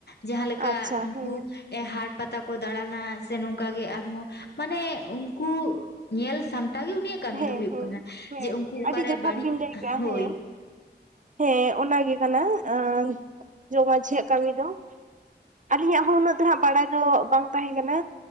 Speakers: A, on the left (about 65°); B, on the right (about 45°).
A: ᱡᱟᱦᱟᱸ ᱞᱮᱠᱟ
B: ᱟᱪᱪᱷᱟ
A: ᱩᱱᱠᱩ
B: ᱦᱮᱸ
A: ᱮ ᱦᱟᱴ ᱯᱟᱛᱟ ᱠᱚ ᱫᱟᱬᱟᱱᱟ ᱥᱮ ᱱᱚᱝᱠᱟ ᱜᱮ ᱟᱨᱦᱚᱸ ᱢᱟᱱᱮ ᱩᱱᱠᱩ ᱧᱮᱞ ᱥᱟᱢᱴᱟᱣ ᱜᱮ ᱩᱱᱤᱭᱟᱜ ᱠᱟᱹᱢᱤ
B: ᱦᱮᱸ
A: ᱫᱚ ᱦᱩᱭᱩᱜ
B: ᱦᱮᱸ
A: ᱠᱟᱱᱟ,
B: ᱦᱮᱸ
A: ᱡᱮ ᱩᱱᱠᱩ ᱚᱠᱟᱨᱮ
B: ᱟᱹᱰᱤ ᱡᱚᱛᱷᱟᱛ
A: ᱵᱟᱹᱲᱤᱡ
B: ᱵᱤᱱ ᱞᱟᱹᱭ ᱠᱟᱜᱼᱟ
A: ᱦᱳᱭ
B: ᱦᱮᱸ
A: ᱾
B: ᱦᱮᱸ ᱚᱱᱟ ᱜᱮ ᱠᱟᱱᱟ ᱟᱸ ᱡᱚᱜᱽ ᱢᱟᱺᱡᱷᱤᱭᱟᱜ ᱠᱟᱹᱢᱤ ᱫᱚ ᱟᱹᱞᱤᱧᱟᱜ ᱦᱚᱸ ᱩᱱᱟᱹᱜ ᱫᱚ ᱦᱟᱸᱜ ᱵᱟᱲᱟᱭ ᱫᱚ ᱵᱟᱝ ᱛᱟᱦᱮᱸ ᱠᱟᱱᱟ,